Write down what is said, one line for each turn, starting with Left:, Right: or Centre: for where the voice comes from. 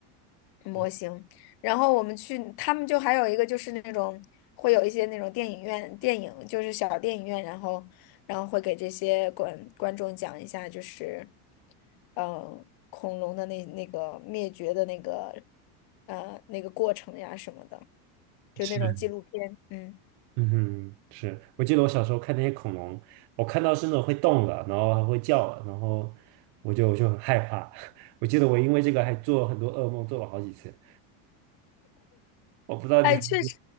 Left: 模型。
Right: 嗯，
Left: 然后我们去，他们就还有一个就是那种会有一些那种电影院电影，就是小电影院，然后然后会给这些观观众讲一下，就是嗯，恐龙的那那个灭绝的那个呃那个过程呀什么的，就那种纪录片，
Right: 是，
Left: 嗯。
Right: 嗯哼，是。我记得我小时候看那些恐龙，我看到是那种会动的，然后还会叫的，然后我就我就很害怕。<laughs> 我记得我因为这个还做了很多噩梦，做了好几次。我不知道你还记得
Left: 哎，确实，